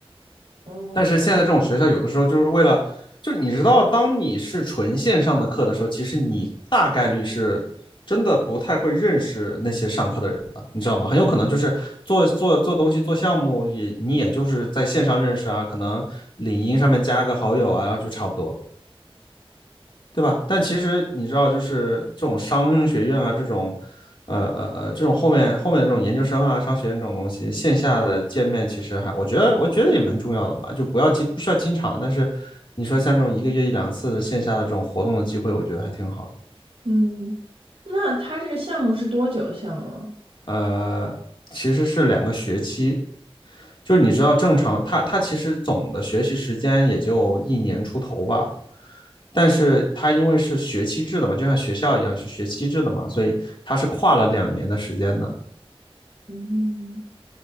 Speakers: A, on the right (about 85°); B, on the left (about 55°).
A: 哦，
B: 但是现在这种学校有的时候就是为了，就你知道，当你是纯线上的课的时候，其实你大概率是真的不太会认识那些上课的人的，你知道吗？很有可能就是做做做东西、做项目也，你也就是在线上认识啊，可能领英上面加个好友啊，就差不多了。对吧？但其实你知道，就是这种商学院啊，这种，呃呃呃，这种后面后面的这种研究生啊，商学院这种东西，线下的见面其实还，我觉得我觉得也蛮重要的吧，就不要经不需要经常，但是你说像这种一个月一两次的线下的这种活动的机会，我觉得还挺好的。
A: 嗯，那他这个项目是多久的项目啊
B: 呃，其实是两个学期，就是你知道正常，他他其实总的学习时间也就一年出头吧，但是他因为是学期制的嘛，就像学校一样是学期制的嘛，所以他是跨了两年的时间的。
A: 嗯，